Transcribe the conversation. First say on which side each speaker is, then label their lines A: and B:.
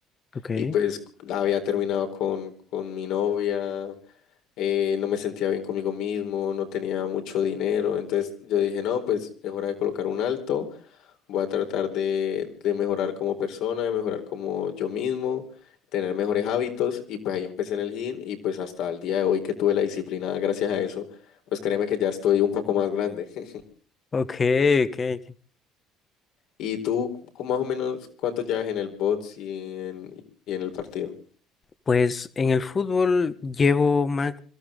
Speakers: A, on the left; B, on the left.
A: ok,
B: Y pues había terminado con, con mi novia, eh, no me sentía bien conmigo mismo, no tenía mucho dinero. Entonces yo dije, no, pues es hora de colocar un alto, voy a tratar de, de mejorar como persona, de mejorar como yo mismo, tener mejores hábitos. Y pues ahí empecé en el gym y pues hasta el día de hoy que tuve la disciplina gracias a eso, pues créeme que ya estoy un poco más grande. <laughs>
A: ok, ok. ok.
B: ¿Y tú cu- más o menos cuánto llevas en el bots y en, y en el partido?
A: Pues en el fútbol llevo más,